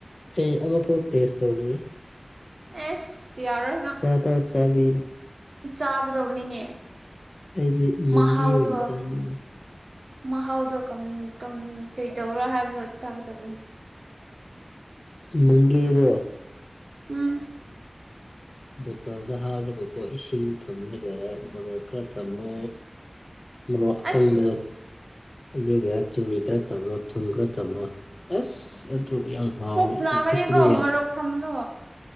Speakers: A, on the left (about 50°); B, on the right (about 70°).
A: ꯑꯩ ꯑꯃꯐꯥꯎ ꯇꯦꯁ ꯇꯧꯗ꯭ꯔꯤ
B: ꯑꯦꯁ ꯌꯥꯔꯣꯏ ꯅꯪ
A: ꯆꯥꯐꯥꯎ ꯆꯥꯕꯤꯗꯦ
B: ꯆꯥꯒꯗꯧꯕꯅꯤꯅꯦ
A: ꯑꯩꯗꯤ ꯃꯪꯒꯤꯍꯩ
B: ꯃꯍꯥꯎꯗꯣ
A: ꯑꯣꯏꯅ ꯆꯥꯅꯤꯡꯉꯤ
B: ꯃꯍꯥꯎꯗꯣ ꯀꯝ-ꯀꯝ ꯀꯩ ꯇꯧꯔꯥ ꯍꯥꯏꯕꯅꯣ ꯆꯥꯒꯗꯕꯅꯤ
A: ꯃꯪꯒꯤꯍꯩꯔꯣ
B: ꯎꯝ
A: ꯕꯣꯇꯜꯗ ꯍꯥꯞꯂꯒꯀꯣ ꯏꯁꯤꯡ ꯊꯝꯂꯒ ꯃꯣꯔꯣꯛ ꯈꯔ ꯊꯝꯃꯦ ꯃꯔꯣꯛ ꯑꯀꯪꯕꯗꯣ
B: ꯑꯁ
A: ꯑꯗꯨꯒ ꯆꯤꯅꯤ ꯈꯔ ꯊꯝꯃꯣ ꯊꯨꯝ ꯈꯔ ꯊꯝꯃꯣ ꯑꯁ ꯑꯗꯨ ꯌꯥꯝ ꯍꯥꯎꯋꯦ
B: ꯄꯨꯛ ꯅꯥꯒꯅꯤꯀꯣ
A: ꯊꯛꯄꯗ
B: ꯃꯔꯣꯛ ꯊꯝꯕꯗꯣ